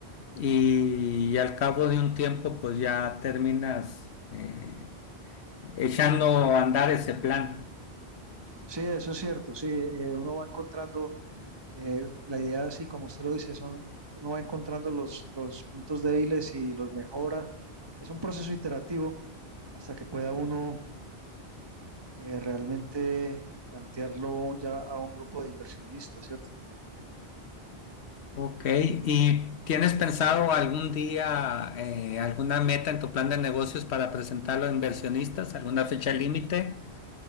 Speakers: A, on the left; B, on the right.
A: y, al cabo de un tiempo pues ya terminas eh, echando a andar ese plan.
B: Sí, eso es cierto, sí, eh, uno va encontrando, eh, la idea, sí, como usted lo dice, son, uno va encontrando los, los puntos débiles y los mejora. Es un proceso iterativo hasta que pueda uno eh, realmente plantearlo ya a un grupo de inversionistas, ¿cierto?
A: Ok, ¿y tienes pensado algún día eh, alguna meta en tu plan de negocios para presentarlo a inversionistas? ¿Alguna fecha límite?